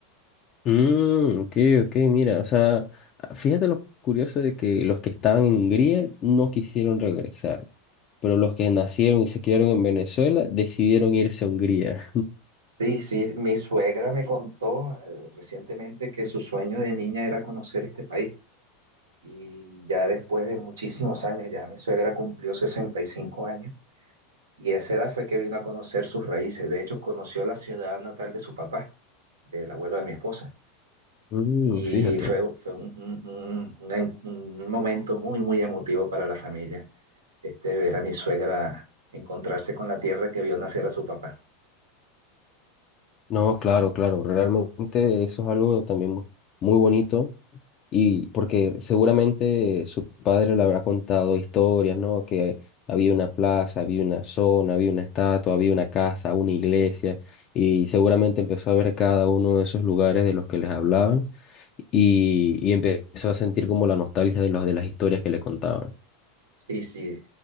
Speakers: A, on the left; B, on the right.
A: Mm, ok, ok, mira, o sea, fíjate lo curioso de que los que estaban en Hungría no quisieron regresar, pero los que nacieron y se criaron en Venezuela decidieron irse a Hungría.
B: Sí, sí, mi suegra me contó eh, recientemente que su sueño de niña era conocer este país. Y ya después de muchísimos años, ya mi suegra cumplió 65 años y a esa edad fue que vino a conocer sus raíces. De hecho, conoció la ciudad natal de su papá, del abuelo de mi esposa.
A: Mm,
B: Y
A: fíjate.
B: fue, fue un, un- un- un un momento muy, muy emotivo para la familia, este, ver a mi suegra encontrarse con la tierra que vio nacer a su papá.
A: No, claro, claro, realmente eso es algo también mu- muy bonito Y porque seguramente su padre le habrá contado historias, ¿no? Que había una plaza, había una zona, había una estatua, había una casa, una iglesia, y seguramente empezó a ver cada uno de esos lugares de los que les hablaban y, y empezó a sentir como la nostalgia de los de las historias que le contaban.
B: Sí, sí,